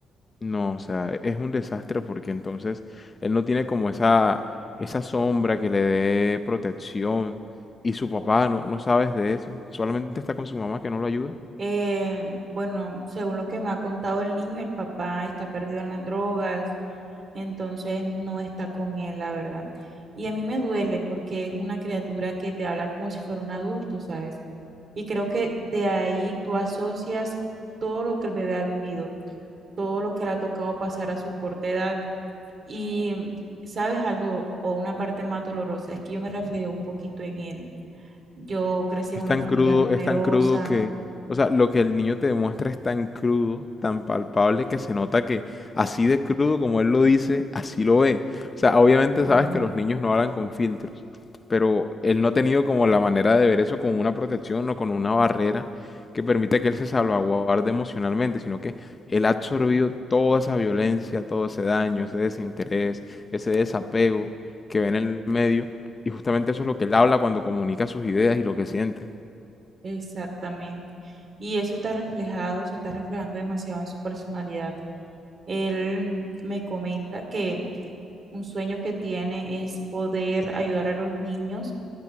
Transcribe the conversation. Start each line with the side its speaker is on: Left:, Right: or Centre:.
Left: no, o sea, es un desastre porque entonces él no tiene como esa, esa sombra que le dé protección y su papá no, no sabes de eso, solamente está con su mamá que no lo ayuda.
Right: Eh, bueno, según lo que me ha contado el niño, el papá está perdido en las drogas, entonces no está con él, la verdad. Y a mí me duele porque es una criatura que te habla como si fuera un adulto, ¿sabes? Y creo que de ahí tú asocias todo lo que el bebé ha vivido, todo lo que le ha tocado pasar a su corta edad. Y, mm, ¿sabes algo? O una parte más dolorosa, es que yo me reflejé un poquito en él. Yo crecí
Left: Es
Right: en una
Left: tan
Right: familia
Left: crudo,
Right: numerosa.
Left: es tan crudo que, o sea, lo que el niño te demuestra es tan crudo, tan palpable que se nota que así de crudo como él lo dice, así lo ve. O sea, obviamente
Right: ah,
Left: sabes que los niños no hablan con filtros, pero él no ha tenido como la manera de ver eso con una protección o con una barrera que permita que él se salvaguarde emocionalmente, sino que él ha absorbido toda esa violencia, todo ese daño, ese desinterés, ese desapego que ve en el medio, y justamente eso es lo que él habla cuando comunica sus ideas y lo que siente.
Right: Exactamente. Y eso está reflejado, se está reflejando demasiado en su personalidad. Él me comenta que un sueño que tiene es poder ayudar a los niños